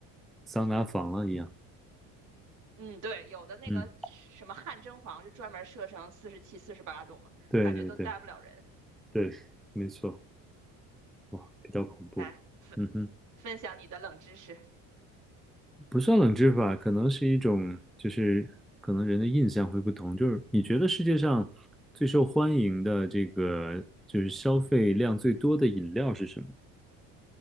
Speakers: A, in the centre; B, on the right (about 50°).
A: 桑拿房了一样，
B: 嗯，对，有的那个什么汗蒸房就专门设成四十七、
A: 嗯，
B: 四十八度嘛，
A: 对对对
B: 感觉都待不了人。
A: 对，没错，哇，比较恐怖，
B: 来分
A: 嗯哼。
B: 分享你的冷知识，
A: 不算冷知识吧，可能是一种，就是可能人的印象会不同。就是你觉得世界上最受欢迎的这个，就是消费量最多的饮料是什么？